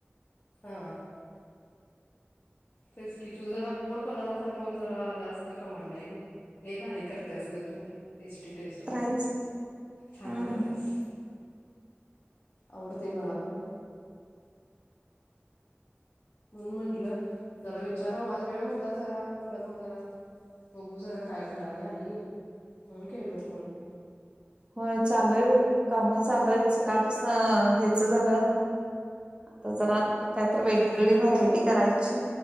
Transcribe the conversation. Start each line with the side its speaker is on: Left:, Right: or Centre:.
Left: हा. तेच की तुझ जरा गोड पदार्थांवर जरा जास्त कमांड आहे नी. लयभारी कर त्यास ग तू टेस्टी टेस्टी,
Right: राहायच
Left: छान
Right: हम्म
Left: कर त्यास. आवडतंय मला पण म्हणून म्हंटलं जरा विचारावा आज वेळ होता जरा म्हंटलं मग जरा बघू जरा काय करायला हि म्हणून केलो फोन.
Right: हो चालूय बाई काम चालूय सकाळपासून हेचा झालं. तर जरा काहीतर वेगळी व्हरायटी करायची.